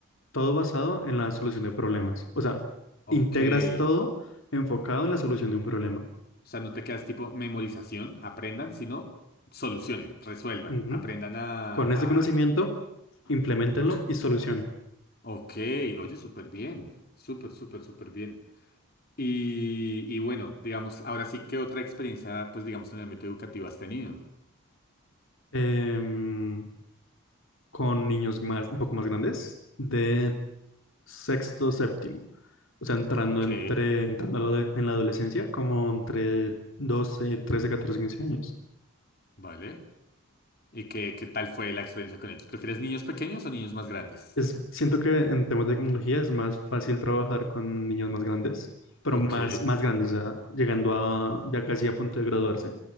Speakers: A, on the left (about 65°); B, on the left (about 45°).
A: todo basado en la solución de problemas. O sea,
B: Ok.
A: integras todo
B: O
A: enfocado en la solución de un problema.
B: sea, no te quedas tipo memorización, aprendan, sino solucionen, resuelvan,
A: Ujú.
B: aprendan a...
A: Con ese conocimiento,
B: a...
A: implementenlo y solucionen.
B: Ok, oye, súper bien. Súper, súper, súper bien. Y, y bueno, digamos, ahora sí, ¿qué otra experiencia, pues digamos, en el ámbito educativo has tenido?
A: Em, con niños más, un poco más grandes, de sexto, séptimo. O sea, entrando,
B: Ok,
A: entre, entrando a la ade- en la adolescencia, como entre 12 13 14 15 años.
B: vale. ¿Y qué, qué tal fue la experiencia con ellos? ¿Prefieres niños pequeños o niños más grandes?
A: Es, siento que en temas de tecnología es más fácil trabajar con niños más grandes, pero
B: Ok,
A: más, más grandes, o sea, llegando a ya casi a punto de graduarse,